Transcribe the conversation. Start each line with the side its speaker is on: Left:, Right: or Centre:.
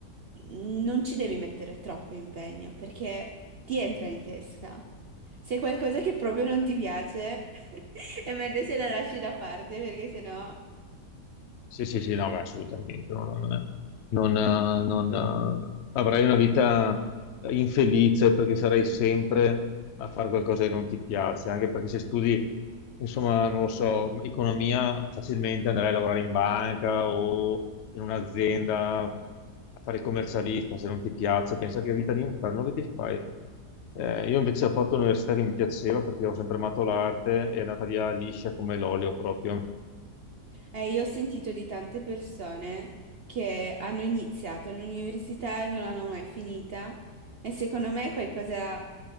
Right: non ci devi mettere troppo impegno perché ti entra in testa. Se è qualcosa che proprio non ti piace, <laughs> è meglio se la lasci da parte perché sennò...
Left: Sì, sì, sì, no, ma assolutamente. Non, non- eh, non, eh, avrai una vita infelice perché sarai sempre a fare qualcosa che non ti piace, anche perché se studi, insomma, non lo so, economia, facilmente andrai a lavorare in banca o in un'azienda a fare il commercialista, se non ti piace, pensa che vita di inferno che ti fai. Eh, io invece ho fatto l'università che mi piaceva perché ho sempre amato l'arte, è andata via liscia come l'olio proprio.
Right: Eh, io ho sentito di tante persone che hanno iniziato l'università e non l'hanno mai finita e secondo me è qualcosa...